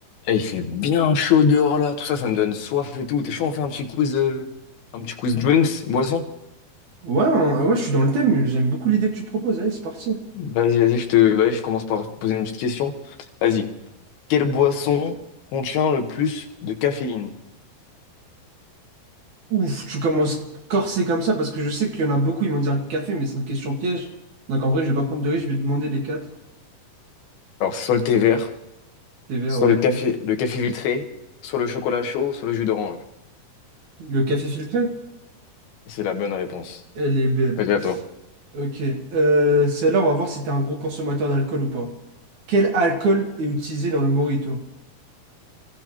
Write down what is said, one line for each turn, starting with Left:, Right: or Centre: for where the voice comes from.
Left: Eh, il fait bien chaud dehors là, tout ça, ça me donne soif et tout. T'es chaud, on fait un petit quiz, euh, un petit quiz drinks, boisson?
Right: Ouais, hein, ouais, je suis dans le thème, j'aime beaucoup l'idée que tu proposes. Allez, c'est parti.
Left: Vas-y, vas-y, je te, vas-y, je commence par te poser une petite question. Vas-y. Quelle boisson contient le plus de caféine?
Right: Ouf, tu commences corsé comme ça parce que je sais qu'il y en a beaucoup, ils vont dire le café, mais c'est une question piège. Donc en vrai, je vais pas prendre de risque, je vais demander les quatre.
Left: Alors, soit le thé vert,
Right: Tes verres,
Left: soit
Right: ouais,
Left: le café,
Right: ok.
Left: le café filtré, soit le chocolat chaud, soit le jus d'orange.
Right: Le café filtré?
Left: Et C'est la bonne réponse.
Right: Elle est belle.
Left: Vas-y, à toi.
Right: Ok. Euh, celle-là, on va voir si t'es un gros consommateur d'alcool ou pas. Quel alcool est utilisé dans le mojito?